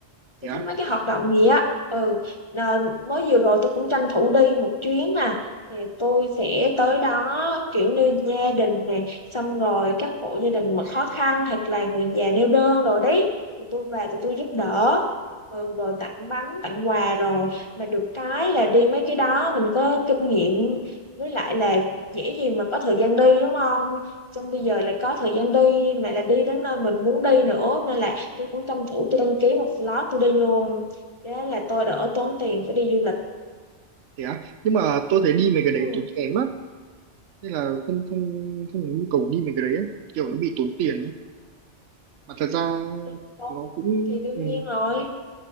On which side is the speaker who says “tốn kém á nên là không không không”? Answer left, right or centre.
Right